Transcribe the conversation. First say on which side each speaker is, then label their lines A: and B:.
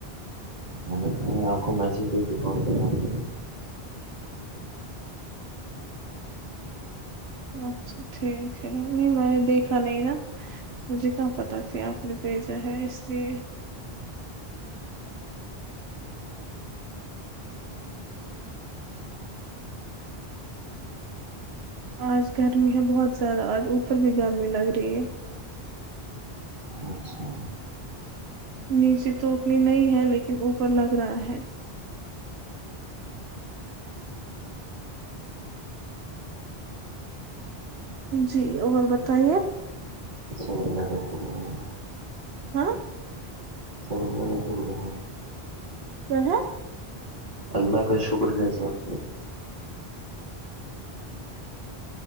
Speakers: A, on the right; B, on the right.
A: میں نے کہا آپ کو میسج دے کون کر نا
B: اچھا ٹھیک ہے نہیں میں نے دیکھا نہیں نا مجھے کہاں پتہ تھی آپ نے بھیجا ہے اس لیے آج گرمی ہے بہت زیادہ آج اوپر بھی گرمی لگ رہی ہے
A: اچھا
B: نیچے تو اتنی نہیں ہے لیکن اوپر لگ رہا ہے جی اور بتائیے
A: سب اللہ کا کرم ہے
B: ہاں
A: سب اللہ شکر ہے
B: کے ہے
A: اللہ کا شکر ہے سب